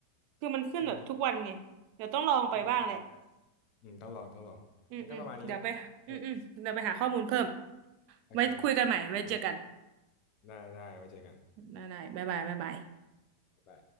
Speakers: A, on the right; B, on the left.
A: คือมันขึ้นแบบทุกวันไงเดี๋ยวต้องลองไปบ้างแหละ
B: เออใช่ใช่ใช่อืมต้องลองต้องลองงั้นก็ประมาณนี้นะเออ
A: อืมอืมเดี๋ยวไปอืมอืมเดี๋ยวไปหาข้อมูลเพิ่ม
B: โอเค
A: ไว้คุยกันใหม่ไว้เจอกัน
B: ได้ได้ไว้เจอกัน
A: ได้ได้บ๊ายบายบ๊ายบาย
B: ได้